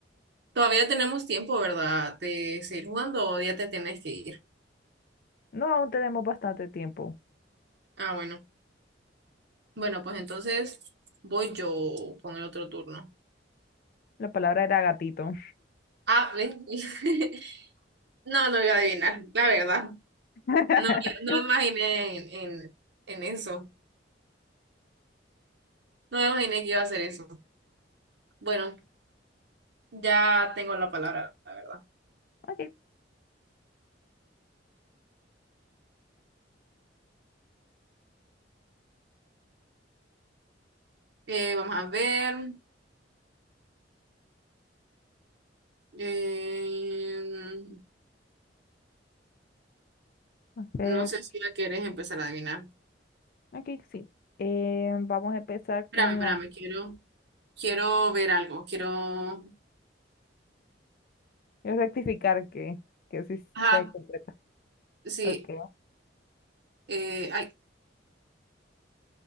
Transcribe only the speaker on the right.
todavía tenemos tiempo, ¿verdad? De seguir jugando o ya te tienes que ir.
Ah, bueno. Bueno, pues entonces voy yo con el otro turno.
Ah, ¿ves? <laughs> No, no voy a adivinar, la verdad.
No, no me imaginé en, en, en eso. No me imaginé que iba a hacer eso. Bueno, ya tengo la palabra, la verdad.
Eh, vamos a ver. eh,
no sé si la querés empezar a adivinar.
Espérame,
espérame,
quiero, quiero ver algo. Quiero.
Ajá,
sí.
eh, ay,